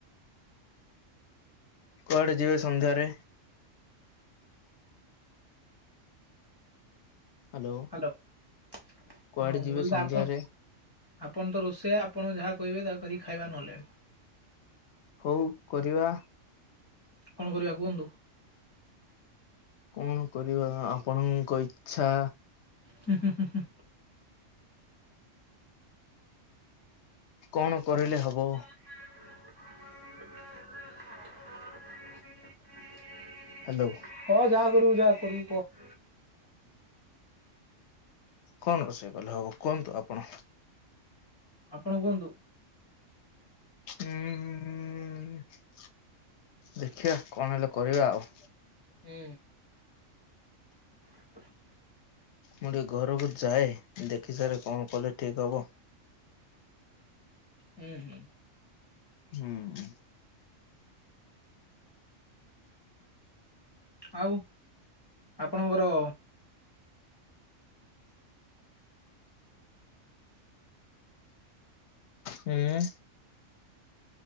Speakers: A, on the left; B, on the left.
A: କୁଆଡ଼େ ଯିବେ ସନ୍ଧ୍ୟାରେ? ହ୍ୟାଲୋ।
B: ମୁଁ
A: କୁଆଡେ ଯିବେ
B: କହିଲି
A: ସନ୍ଧ୍ୟାରେ?
B: ତ ଆପଣ ଆପଣ ତ ରୋଷେଇଆ ଆପଣ ଯାହା କହିବେ ତା କରି ଖାଇବା ନହେଲେ।
A: ହୋଉ କରିବା।
B: କଣ କରିବା କୁହନ୍ତୁ?
A: କଣ କରିବା ଆପଣଙ୍କ ଇଚ୍ଛା।
B: ହୁଁ ହଁ ହଁ।
A: କଣ କରିଲେ ହେବ?
B: <inaudible>
A: ହ୍ୟାଲୋ।
B: ହଁ ଯାହା କରିବୁ ଯାହା କରିବୁ କହ
A: କଣ ରୋଷେଇ କଲେ ହବ କୁହନ୍ତୁ ଆପଣ?
B: ଆପଣ କୁହନ୍ତୁ?
A: ହୁଁ ଦେଖିବା କଣ ହେଲେ କରିବା ଆଉ।
B: ହୁଁ। <inaudible>
A: ମୁଁ ଟିକେ ଘରକୁ ଯାଏ ଦେଖି ସାର କଣ କଲେ ଠିକ ହବ।
B: ହୁଁ ହୁଁ।
A: ହୁଁ।
B: ଆଉ ଆପଣଙ୍କର ଘର
A: ହୁଁ।